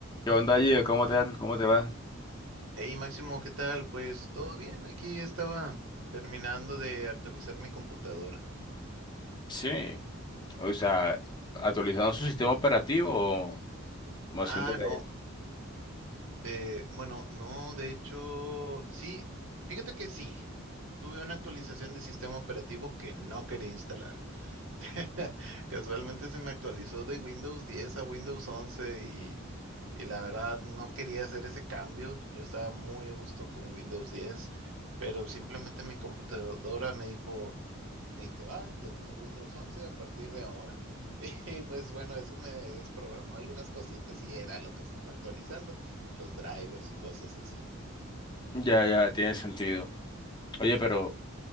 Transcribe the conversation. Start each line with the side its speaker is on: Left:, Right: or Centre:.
Left: ¿Qué onda, Gio? ¿Cómo te, cómo te vas?
Right: Hey Máximo, ¿qué tal? Pues todo bien, aquí estaba terminando de actualizar mi computadora.
Left: Sí, o sea, actualizando su sistema operativo o o
Right: Ah,
Left: haciéndole...
Right: no, eh, bueno, no, de hecho, sí, fíjate que sí, tuve una actualización de sistema operativo que no quería instalar. <laughs> Casualmente se me actualizó de Windows 10 a Windows 11 y, y la verdad no quería hacer ese cambio. Yo estaba muy a gusto con Windows 10, pero simplemente mi computadora me dijo, ahí te va, ya tienes Windows once a partir de ahora. <laughs> Y pues bueno, eso me desprogramó algunas cositas y era lo que estaba actualizando, los drivers y cosas así.
Left: Ya, ya, tiene sentido. Oye, pero